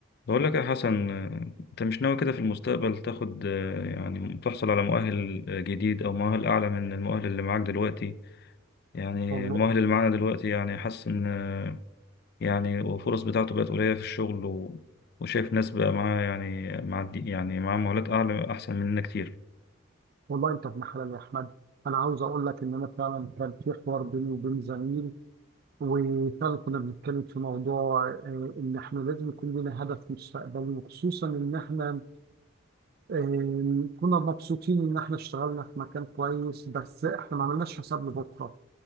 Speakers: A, on the left; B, on the right.
A: بقول لك يا حسن آه، انت مش ناوي كده في المستقبل تاخد آه، يعني تحصل على مؤهل آه، جديد او مؤهل اعلى من المؤهل اللي معاك دلوقتي يعني
B: والله
A: المؤهل اللي معانا دلوقتي يعني حاسس ان آه، يعني الفرص بتاعته بقت قليلة في الشغل و... وشايف ناس بقى معاه يعني مع الدي- يعني معاه مؤهلات اعلى احسن مننا كتير
B: والله انت في محل يا احمد انا عاوز اقول لك ان انا فعلا كان في حوار بيني وبين زميل وفعلا كنا بنتكلم في موضوع آه، ان احنا لازم يكون لنا هدف مستقبلي وخصوصا ان احنا آه، كنا مبسوطين ان احنا اشتغلنا في مكان كويس بس احنا ما عملناش حساب لبكره